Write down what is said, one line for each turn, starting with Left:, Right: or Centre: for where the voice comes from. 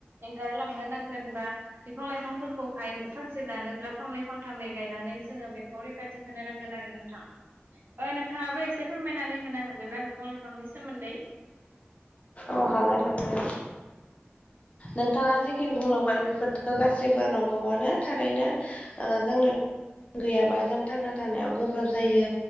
Right: एंगारलांनो नांगोन बा बिफां लाइफांफोरखौहाय फांसे दानोब्ला फांनै फांथामै गायनानै जोङो बेखौ रैखाथि होनो नांगोन आरो नों नोंथां ओ नोंथाङाबो एसे फोरमायनानै होनो हागोन ना बिफां लाइफांनि सोमोन्दै?
Left: औ हागोन नोंथां। नोंथाङा जिखिनि बुंलांबाय बेफोरथ' गासैबो नंगौआनो थारैनो। जोंनो गैयाबा जों थांना थानायाव गोब्राब जायो।